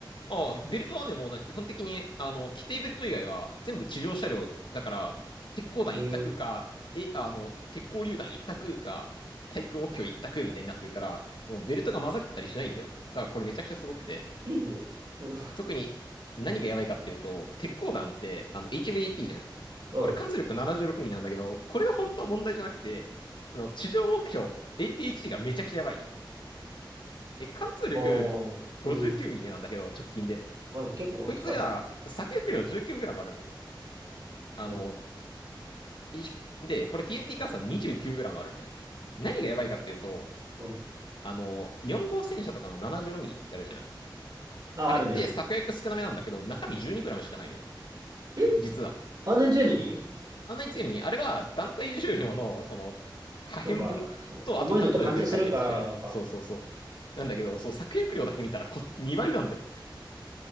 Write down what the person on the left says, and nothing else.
あ、ああ、ベルトはね、もうな、基本的に、あの、規定ベルト以外は全部地上車両だから、鉄鋼弾一択か、
え、あの、鉄鋼榴弾一択か、対空目標一択みたいになってるから、そのベルトが混ざってたりしないんだよ。だからこれめちゃくちゃすごくて。
特に何がやばいかっていうと、鉄鋼弾ってあの HVAP じゃん。
これ貫通力76ミリなんだけど、
これは本当は問題じゃなくて、あの地上目標 APHC がめちゃくちゃやばいの。え、貫通力59ミリなんだけど、
直近で。
こいつが作薬量 19g あるんだよ。あの、
いで、これ TNT 換算 29g あるんだよ。何がやばいかっていうと、
あの、4号戦車とかの 74mm ってあるじゃん。
あれって作薬少なめなんだけど、
中身 12g しかないのよ。
実は。
あんなに強いのに、あれは団体重量の、その、破片分と、
あと貫通力で解決してるの。そうそうそう。なんだけど、そう、作薬量だけ見たらこっち2倍なんだよ。